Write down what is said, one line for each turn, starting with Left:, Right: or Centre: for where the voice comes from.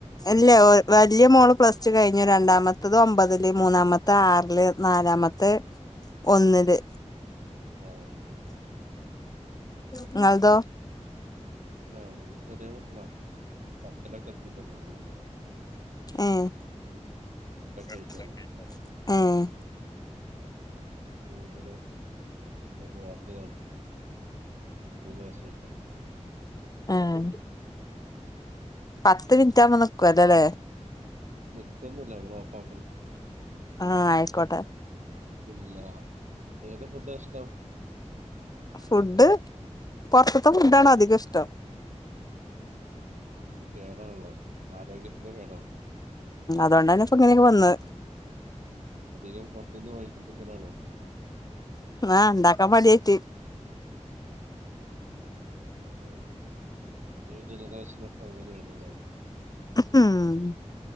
Left: ഇല്ല ഒ വലിയ മോള് പ്ലസ് ടു കഴിഞ്ഞു രണ്ടാമത്തത് ഒമ്പതില് മൂന്നാമത്തെ ആറില് നാലാമ <unintelligible> ഒന്നില്.
Right: ആഹ് ആ
Left: നിങ്ങളതൊ
Right: ഇല്ല <unintelligible> ചെറിയ മക്കളാ പത്തിലൊക്കെ എത്തിട്ടുള്ളോ <unintelligible>
Left: ഏഹ് <unintelligible>
Right: ആയിട്ടുള്ളൂ
Left: ഏഹ്
Right: <unintelligible> മൂന്നിലും ഒന്നും പോവാത്തതാണ് മൂന്ന് വയസായിട്ടാണ്
Left: ആഹ് പത്ത് മിനിറ്റാകുമ്പോ നിക്കുവല്ലോ അല്ലേ
Right: നിക്കൊന്നുല്ല നമ്മള് ഓഫാക്കണം
Left: ആഹ് ആയിക്കോട്ടെ
Right: ഇല്ല. ഏത് ഫുഡാ ഇഷ്ടം
Left: ഫുഡ് പൊറത്തത്തെ ഫുഡ് ആണ് അധികം ഇഷ്ടം
Right: <unintelligible> അത് കേടാണല്ലോ ആരോഗ്യത്തിന കേടാ
Left: അതൊണ്ടാണ് ഇപ്പ ഇങ്ങനെയൊക്കെ വന്നെ
Right: ഉം. അധികം പുറത്തുനിന്ന് വാങ്ങിക്ക തിന്നലാണോ
Left: <unintelligible> <unintelligible> മടിയായിട്ട്
Right: ആണോ <unintelligible> ജനറേശനൊക്കെ അങ്ങനെയാണല്ലേ
Left: ആഹ്